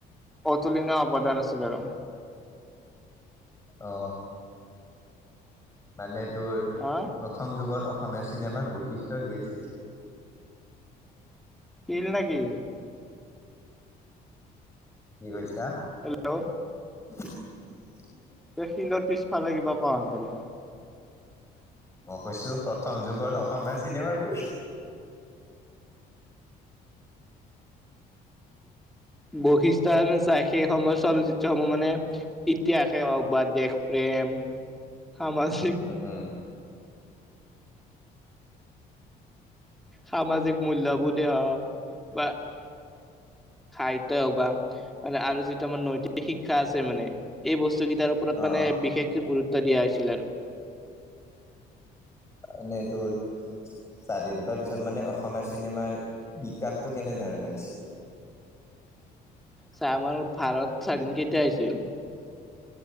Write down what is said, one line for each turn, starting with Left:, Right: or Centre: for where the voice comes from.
Centre: অতুলিনিয় অৱদান আছিল আৰু।
Left: অ মানেত তোৰ
Centre: হা
Left: প্ৰথম যুগৰ অস অসমীয়া চিনেমাৰ বৈশিষ্ট্য কি আছিল?
Centre: কিন নেকি?
Left: কি কৈছা?
Centre: হেল্ল'
Left: <inaudible>
Centre: তে শিলৰ পিছফালে কিবা কোৱা শুনি পালো।
Left: মই কৈছো প্ৰথম যুগৰ অসমীয়া চিনেমাৰ বৈ
Centre: বৈশিষ্ট্য আনু চাই সে অসমৰ চলচিত্ৰসমূহ মানে ইতিহাসে হওক বা দেশ প্ৰেম সামাজিক
Left: উম উম
Centre: সামাজিক মূল্যবোধে হওক বা খাইত হক বা মানে আৰু যিটো আানাৰ নৈতিক শিক্ষা আছে মানে এই বস্তু কেইটাৰ ওপৰত মানে
Left: অ',
Centre: বিশেষকে গুৰুত্ব উত্য দিয়া হৈছিল আৰু
Left: এনেই তোৰ স্বাধীনতাৰ পিছত মানে অসমীয়া চিনেমাৰ বিকা কাপটো কেনে ধৰণে হৈছিল
Centre: ছা আমাৰ ভাৰত স্বাধীন কেতিয়া হৈছিল?